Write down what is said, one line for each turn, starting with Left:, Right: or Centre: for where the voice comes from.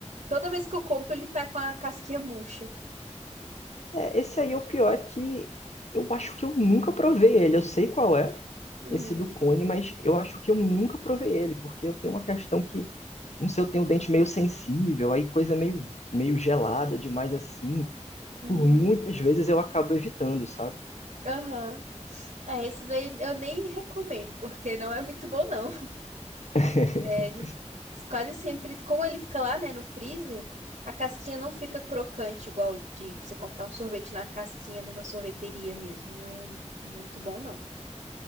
Right: toda vez que eu compro, ele tá com a casquinha murcha.
Left: É, esse aí é o pior que eu acho que eu nunca provei ele. Eu sei qual é
Right: Uhum,
Left: esse do cone, mas eu acho que eu nunca provei ele, porque eu tenho uma questão que, não sei, eu tenho o dente meio sensível, aí coisa meio, meio gelada demais assim.
Right: uhum,
Left: por muitas vezes eu acabo evitando, sabe?
Right: aham. Ah, esse daí eu nem recomendo, porque não é muito bom, não.
Left: <laughs>
Right: É, ele quase sempre, como ele fica lá, né, no freezer, a casquinha não fica crocante igual de você comprar um sorvete na casquinha numa sorveteria mesmo. Não é muito bom, não.